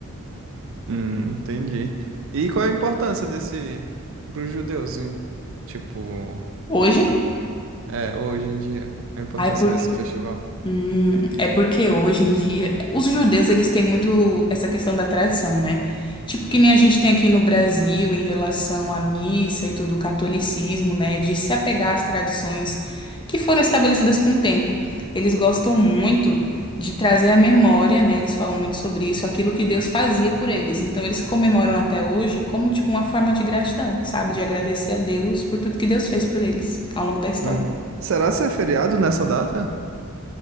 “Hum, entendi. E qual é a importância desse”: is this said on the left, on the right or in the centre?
Right